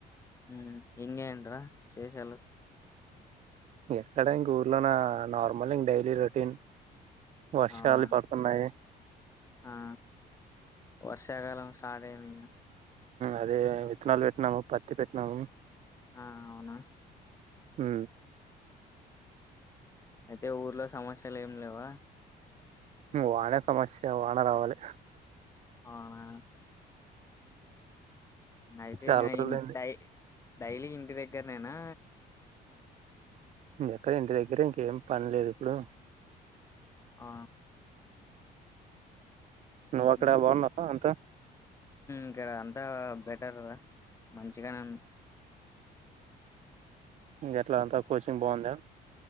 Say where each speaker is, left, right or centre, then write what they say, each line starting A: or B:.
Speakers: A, on the left (about 15°); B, on the right (about 45°).
A: <unintelligible> చేసి వెళ్దాం
B: ఎక్కడ ఇంక ఊర్లో నా నార్మల్ ఇంక డైలీ రొటీన్ వర్షాలు
A: అవునా
B: పడుతున్నాయి
A: ఆ వర్షాకాలం స్టార్ట్ అయింది
B: అదే విత్తనాలు పెట్టినాము పత్తి పెట్టినాము
A: ఆ అవునా
B: హ
A: అయితే ఊర్లో సమస్యలు ఏం లేవా
B: వానే సమస్య వాన రావాలి
A: అవునా అయితే
B: చాలా
A: ఇంకా
B: రోజులైంది
A: డై డైలీ ఇంటి దగ్గరనేేనా
B: ఇం ఇంటి దగ్గరే ఇంకేం పనిలేదు ఇప్పుడు
A: ఆ
B: నువ్వు అక్కడ
A: ఉమ్
B: బాగున్నావా అంతా
A: ఇక్కడ అంతా బెటర్ మంచిగానే
B: ఇంక ఎట్లా అంతా కోచింగ్ బాగుందా